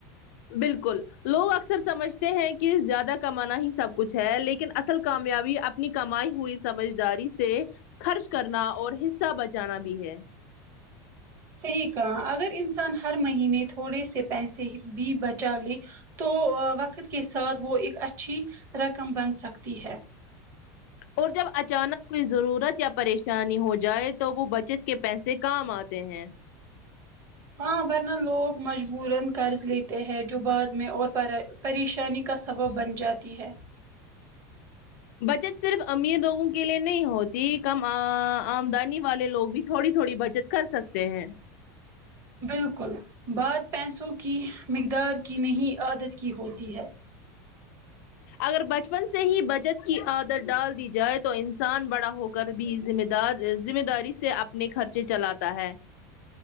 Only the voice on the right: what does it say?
صحیح کہا اگر انسان ہر مہینے تھوڑے سے پیسے بھی بچ چالی تو وقت کے ساتھ وہ ایک اچھی رقم بن سکتی ہے
ہاں ورنہ لوگ مجبورن قرض لیتے ہیں جو بعد میں اور پراے پریشانی کا سبب بن جاتی ہے
بالکل بات پیسوں کی مقدار کی نہیں عادت کی ہوتی ہے